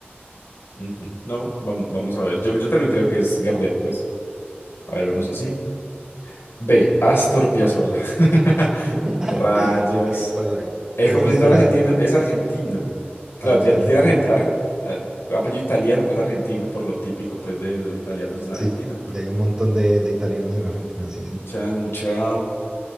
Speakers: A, on the left; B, on the right.
A: Ujú, No, vam- vamos a ver. Yo, yo también creo que es Gardel, pues. A ver, vemos si sí. B. Astor Piazzolla. <laughs>
B: <laughs>
A: Rayos.
B: Y que cuál la-
A: El
B: que
A: compositor
B: el resto de la
A: argentino es argentino.
B: también
A: Claro, tie-
B: argentino.
A: tiene, argen- argen- ah, apellido italiano, pero es argentino por lo típico pues de, de los italianos en Argentina.
B: Sí, de hay un montón de, de italianos en Argentina, sí,
A: Mucha,
B: sí.
A: mucha,